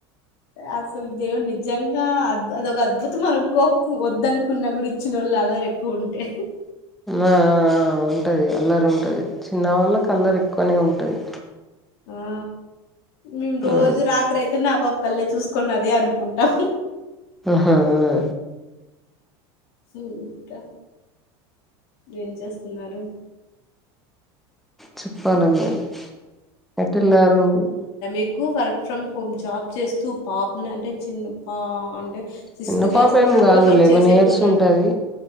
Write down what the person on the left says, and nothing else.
అసలు దేవుడు నిజంగా అదొక అద్భుతం అనుకో వద్దనుకున్న కూడా ఇచ్చిన వాళ్ళు అల్ల రె <unintelligible>
అవ్
ఆ మేము రోజు
రాత్రి అయితే <unintelligible> పాప కల్ళ చూసుకున్న అదే అనుకుంటాం
ఇంకా ఏం చేస్తున్నారు
ఎక్కువ వర్క్ ఫ్రమ్ హోమ్ జాబ్ చేస్తూ పాపని అంటే చిన్న పా అంటె సిక్స్త్
క్లాస్
అన్నా
కూడా వర్క్
చేసే
<unintelligible>